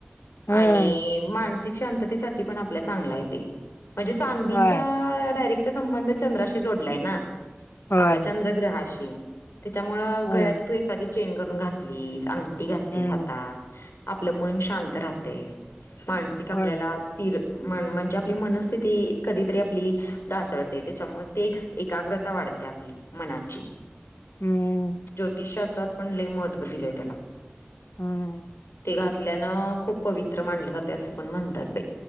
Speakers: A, on the left; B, on the left.
A: हम्म
B: आणि मानसिक शांततेसाठी पण आपल्याला चांगला हाय तेमनजे चांदीचा
A: होय
B: डायरेक्ट संबंध चंद्राशी जोडलाय ना
A: होय
B: आपल्या चंद्रग्रहाशी त्याच्यामुळं
A: हम्म
B: गळ्यात तू एखादी चेन करून घातलीस अंगठीी घातलीस
A: हम्म
B: हातात आपलं मन शांत राहते मानसिक आपल्याला
A: होय
B: स्थिर म्हणजे आपली मनस्थिती कधीतरी आपली ासळते त्याच्यामुळे ते एकाग्रता वाढते मनाची
A: हम्म
B: ज्योतिषशास्त्रात पण लय महत्त्व दिलेय त्याला
A: हम्म
B: ते घातल्यानं खूप पवित्र मानलं जाते असं पण म्हणतात बाई